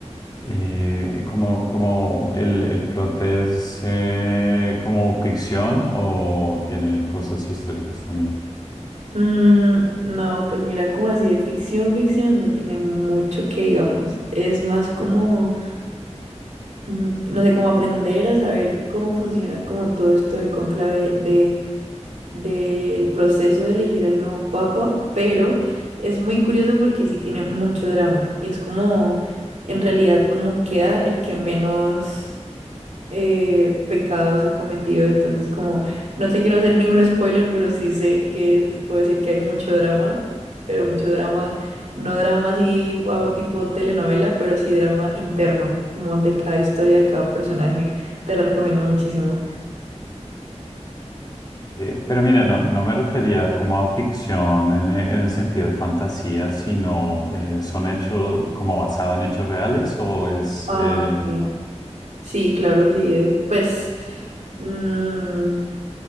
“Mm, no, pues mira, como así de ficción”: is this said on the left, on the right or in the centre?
Right